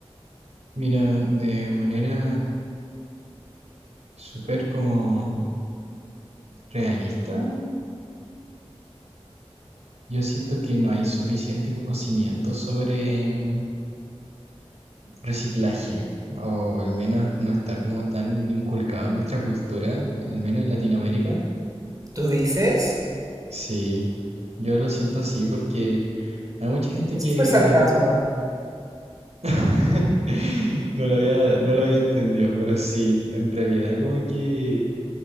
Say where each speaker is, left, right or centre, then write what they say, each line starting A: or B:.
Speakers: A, on the right (about 85°); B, on the right (about 35°).
A: mira, de manera súper como realista, yo siento que no hay suficiente conocimiento sobre mm, reciclaje. O al menos no está como tan inculcado en nuestra cultura, al menos en Latinoamérica,
B: ¿Tú dices?
A: Sí, yo lo siento así porque hay mucha gente
B: Ese
A: que
B: fue sarcasmo.
A: <laughs> no lo había, no lo había entendido, pero sí, en realidad como que